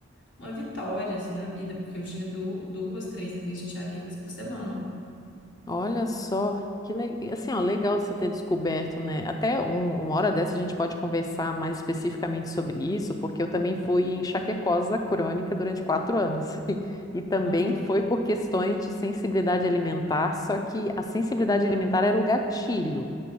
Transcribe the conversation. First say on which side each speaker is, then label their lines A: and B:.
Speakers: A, on the left; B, on the left.
A: uma vitória, assim, na vida, porque eu tinha du- duas, três crises de enxaquecas por semana.
B: Olha só, que le- e assim, ó, legal de você ter descoberto, né? Até um- uma hora dessa a gente pode conversar mais especificamente sobre isso, porque eu também fui enxaquecosa crônica durante quatro anos. <laughs> E também
A: Nossa.
B: foi por questões de sensibilidade alimentar, só que a sensibilidade alimentar era o gatilho,